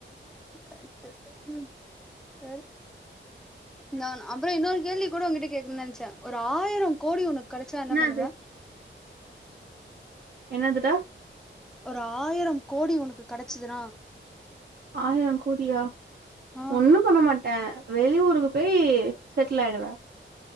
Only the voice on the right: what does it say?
என்னது
என்னதுடா
ஆயிரம் கோடியா
ஒண்ணும் பண்ண மாட்டே வெளிஊருக்கு போய் செட்டில் ஆயிடுவே